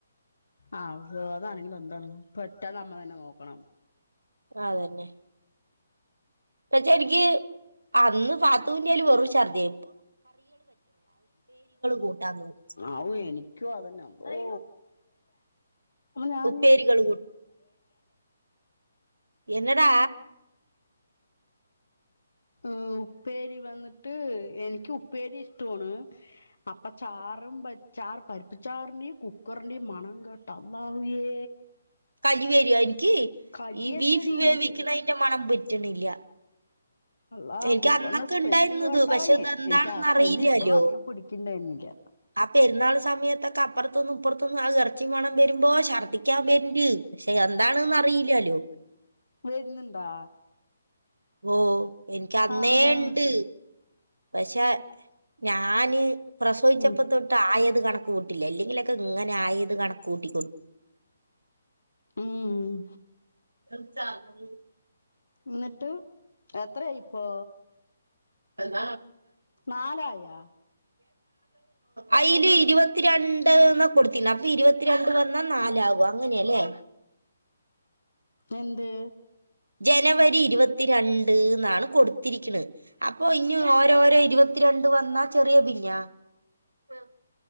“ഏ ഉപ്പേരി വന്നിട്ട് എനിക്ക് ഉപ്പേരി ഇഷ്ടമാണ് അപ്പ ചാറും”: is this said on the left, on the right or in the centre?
Left